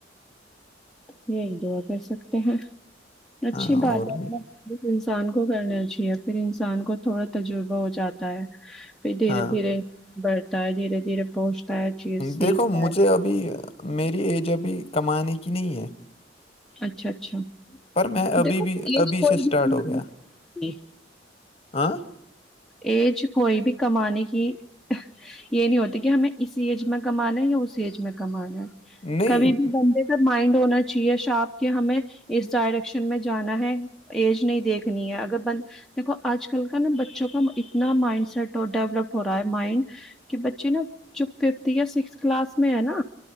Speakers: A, in the centre; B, on the left (about 30°).
A: یہ ایک دعا کر سکتے ہیں اچھی
B: ہاں
A: بات
B: اور
A: ہے
B: بھی
A: انسان کو کرنا ا چاہیے پھر انسان کو تھوڑا تجربہ ہو جاتا پھر دھیرے
B: ہاں
A: دھیرے بڑھتا ہے دھیرے دھیرے پوچتا ہے چیز سیکھتا
B: دیکھو مجھے
A: ہے
B: ابھی میری ایج ابھی کمانے کی نہیں ہے
A: اچھا اچھا
B: پر میں ابھی
A: دیکھو
B: بھی
A: ایج
B: ابھی
A: کوئی
B: سے اسٹارٹ
A: بھی کمانے
B: ہو گیا
A: کی
B: آ <unintelligible>
A: ایج کوئی بھی کمانی کی یہ نہیں ہوتی کہ ہمیں اسی ایج میں کمانا ہے یا اس ایج میں کمانا ہے
B: نہیں
A: کبھی بھی بندے مائنڈ ہونا چاہیے شاپ کے ہمیں اس ڈائریکشن میں جانا ہے ایج نہیں دیکھنی ہے اگر بند دیکو آج کل کا نا بچوں کو اتنا مائنڈ سیٹ ڈیولپ ہو رہا ہے مائنڈ کہ بچے نا جو ففتھ یا سکس کلاس میں ہے نا